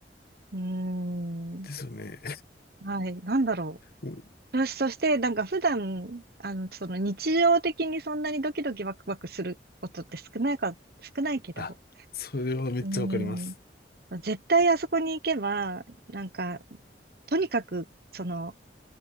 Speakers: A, on the right (about 60°); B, on the left (about 60°).
A: うーん。
B: ですよね。
A: はい。なんだろ
B: もう
A: う。よし、そして、なんか普段、あの、その日常的にそんなにドキドキワクワクすることって少ないか、少ないけど、
B: あ、それはめっちゃわかります。
A: うーん。絶対あそこに行けば、なんか、とにかく、その、